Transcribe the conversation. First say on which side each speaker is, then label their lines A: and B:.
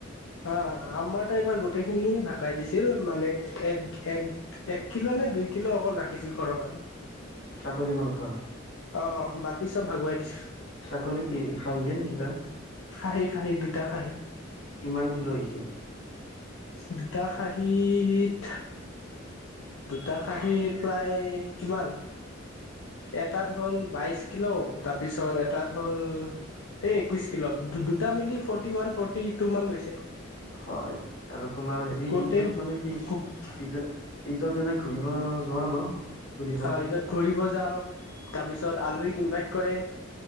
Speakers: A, on the left; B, on the left.
A: হ আমাৰতো এইবাৰ গোটেইখিনি ভাগাই দিছিল। মানে, এক - এক, এক কিলো নে দুই কি'লো অকল ৰাখিছিল ঘৰৰ কাৰণে।
B: ছাগলী মাংস।
A: অ' অ' বাকী চব ভাগুৱাই দিছো।
B: ছাগলী কি, খাহীয়ে দিছিলা?
A: খাহী-খাহী, দুটা খাহী।
B: কিমান কিলো' হৈছিল?
A: দুটা খাহীত দুটা খাহী প্ৰায় কিমান! এটাত হ'ল বাইশ কিলো। তাৰপিছত এটাত হ'ল এই একৈশ কিলো। দুটা মিলি ফৰ্টি ওৱান ফৰ্টি টু মান গৈছে।
B: হয়। আৰু <unintelligible>
A: গোটেই ঈদত
B: মানে কি ঈদত। ঈদত এনে ঘূৰি! ব যোৱা ন? ফুৰিব
A: অ' অ' ঈদত ঘূৰিব যাও। তাৰ পিছত আলহীক ইনভাইট কৰে।